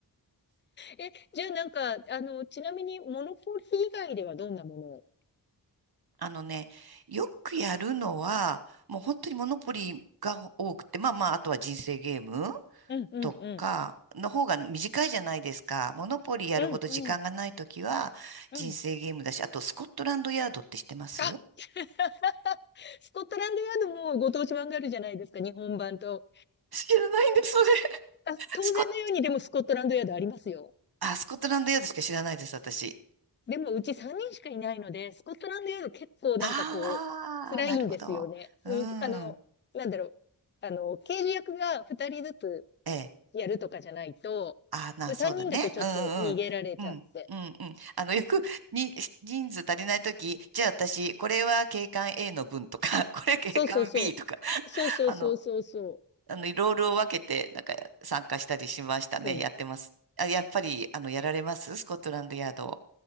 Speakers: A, on the left; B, on the right.
A: え、じゃあなんか、あの、ちなみにモノポリ以外ではどんなものを
B: <laughs> あのね、よくやるのは、もう本当にモノポリが多くて、まあまあ、あとは人生ゲーム
A: うんうんうん。
B: とかの方が短いじゃないですか。モノポリやるほど時間がないときは、
A: うんうん
B: 人生ゲームだし、
A: うん。
B: あと、スコットランドヤードって知ってます
A: あ、<laughs> スコットランドヤードもご当地版があるじゃないですか、日本版と。
B: 知らないんです、それ。
A: あ、当然のようにでもスコットランドヤードありますよ。
B: スコッ、あ、スコットランドヤードしか知らないです、私。
A: でもうち3人しかいないので、スコットランドヤード結構なんかこう、
B: ああ、
A: 辛いんですよね。
B: なるほど。うん。
A: うん、あの、なんだろう。あの、刑事役が2人ずつ
B: ええ。
A: やるとかじゃないと、
B: あまあ、な、そうだね。
A: 3人だとちょっと逃げられちゃって。
B: うんうんうん。うんうんうん。あの、よく、に、人数足りないとき、じゃあ私、これは警官 A の分とか、<laughs> これ警官
A: そうそうそう。
B: B とか、
A: そうそうそうそうそう。
B: あの、あの、ロールを分けて、なんか、参加したりしましたね。
A: そうです。
B: やってます。あ、やっぱり、あの、やられますスコットランドヤード。